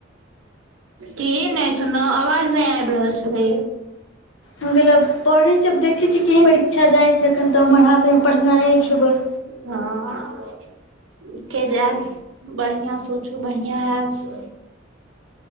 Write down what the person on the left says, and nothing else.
हम गेलब पढ़ै छै आब देखै छी केहन परीक्षा जाइ छै एखन तऽ हमर हाथमे पढ़नाइ छै बस